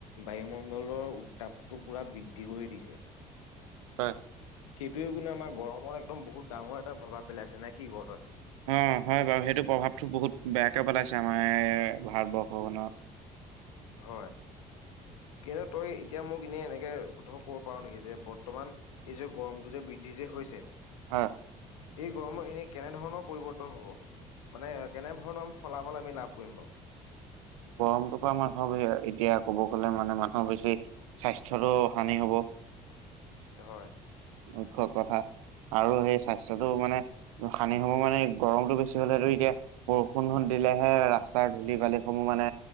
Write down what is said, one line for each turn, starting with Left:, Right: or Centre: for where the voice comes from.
Left: বায়ুমণ্ডলৰ উত্তাপটো পুৰা বৃদ্ধি কৰি দিছে।
Right: হয়।
Left: সেইটোৱে কিন্তু আমাৰ গৰমৰ একদম বহুত ডাঙৰ এটা প্ৰভাৱ পেলাইছে নে কি কৱ তই।
Right: অ হয় বাৰু সেইটো প্ৰভাৱটো বহুত বেয়াকে পেলাইছে আমাৰ ভাৰতবৰ্ষখনত।
Left: হয় কিন্তু তই এতিয়া মোক এনে একে ধৰক কব পাৰো নেকি যে বৰ্তমান এই যে গৰমটো যে বৃদ্ধি যে হৈছে
Right: অ'।
Left: এই গৰমৰ এনে কেনেধৰণৰ পৰিৱৰ্তন হব। মানে কেনেধৰণৰ ফলাফল আমি লাভ কৰিম বাৰু।
Right: গৰমটো পৰা মানুহৰ এতিয়া কব গ'লে মানে মানুহৰ বেছি স্বাস্থ্যটো হানি হব। <inaudible>
Left: হয়।
Right: মুখ্য কথা। আৰু সেই স্বাস্থ্যটো মানে সানি হ'ব মানে গৰমটো বেছি হলেতটো এতিয়া বৰষুণ দিলেহে ৰাস্তাৰ ধূলি বালিসমূহ মানে